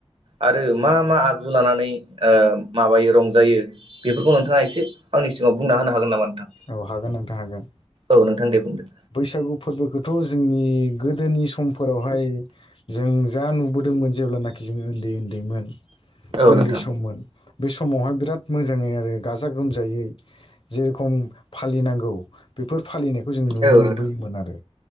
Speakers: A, on the right; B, on the left.
A: आरो मा मा आगजु लानानै ओ माबायो रंज जायो बेफोरखौ नोंथाङा एसे आंनि सिगाङाव बुंना होनो हागोन नामा नोंथां?
B: औ हागोन नोंथां हागोन
A: औ नोंथां दे बुंदो
B: बैसागु फोरबोखोथ' जोंनि गोदोनि समफोरावहाय जों जा नुबोदों दोंमोन जेब्लानाकि जों ओन्दै ओन्दैमोन
A: औ
B: उन्दै
A: नोंथां
B: सममोन बे समावहाय बिराद मोजाङै आरो गाजा गोमजायै जेरखम फालिनांगौ बेफोर फालिनायखौ जों नुनो
A: औ
B: मोनबोयोमोन
A: नोंथां
B: आरो